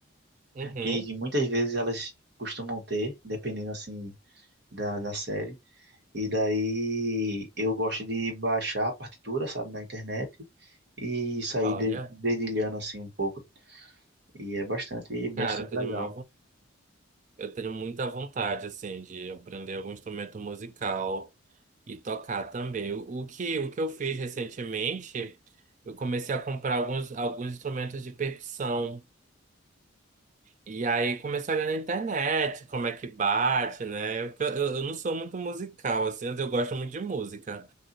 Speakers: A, on the right (about 35°); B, on the right (about 55°).
A: Uhum.
B: que muitas vezes elas costumam ter, dependendo assim da, da série. E daí eu gosto de baixar a partitura, sabe, na internet e sair
A: Olha,
B: de- dedilhando assim um pouco. E é bastante, bastante
A: cara, eu tô
B: legal.
A: de uma Eu tenho muita vontade, assim, de aprender algum instrumento musical e tocar também. O, o que, o que eu fiz recentemente, eu comecei a comprar alguns, alguns instrumentos de percussão. E aí comecei a olhar na internet como é que bate, né? Eu, eu, eu não sou muito musical, assim, eu gosto muito de música.